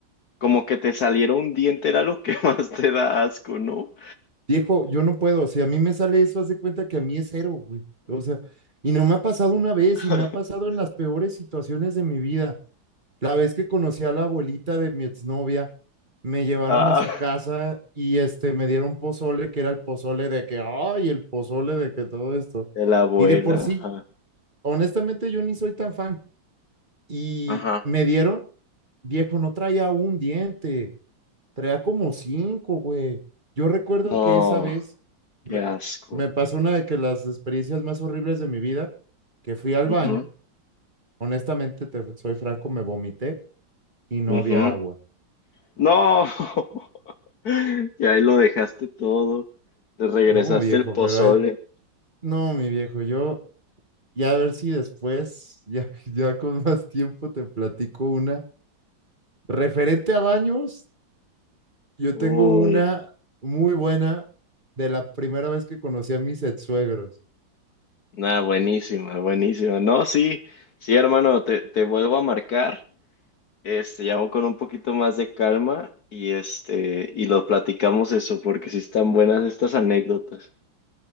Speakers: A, on the left (about 60°); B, on the right (about 25°).
A: como que te saliera un diente era lo que <laughs> más te da asco, ¿no?
B: Viejo, yo no puedo. Si a mí me sale eso, haz de cuenta que a mí es cero, güey. O sea, y no me ha pasado una vez
A: <laughs>
B: y me ha pasado en las peores situaciones de mi vida. La vez que conocí a la abuelita de mi exnovia, me llevaron
A: Ah,
B: a su casa y este me dieron pozole, que era el pozole de que, ay, el pozole de que todo esto.
A: de la abuela,
B: Y de por sí,
A: ajá.
B: honestamente, yo ni soy tan fan. Y
A: Ajá.
B: me dieron, viejo, no traía un diente. Traía como cinco, güey. Yo recuerdo
A: No,
B: que esa vez me,
A: qué asco.
B: me pasó una de que las experiencias más horribles de mi vida, que fui al
A: Ujú,
B: baño, honestamente, te soy franco, me vomité y no
A: ujú.
B: había agua.
A: No, <laughs> y ahí lo dejaste todo, te regresaste
B: No, viejo,
A: el pozole.
B: pero ahí- no, mi viejo, yo ya a ver si después, ya, <laughs> ya con más tiempo te platico una. Referente a baños, yo
A: Uy,
B: tengo una muy buena de la primera vez que conocí a mis ex suegros.
A: nada, buenísima, buenísima. No, sí, sí, hermano, te, te vuelvo a marcar, este, llamo con un poquito más de calma y este, y lo platicamos eso, porque sí están buenas estas anécdotas.